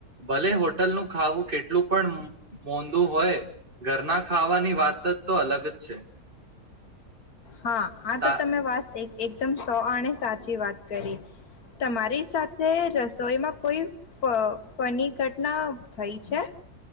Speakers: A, on the right; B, on the left.
A: ભલે હોટલનું ખાવું કેટલું પણ મોંધું હોય, ઘરના ખાવાની વાતત્ તો અલગજ છે.
B: હા, આ તો
A: તા
B: તમે વાત એક-એકદમ સો આણે સાચી વાત કરી. તમારી સાથે રસોઈમાં કોઈ ફ-ફની ઘટના થઈ છે?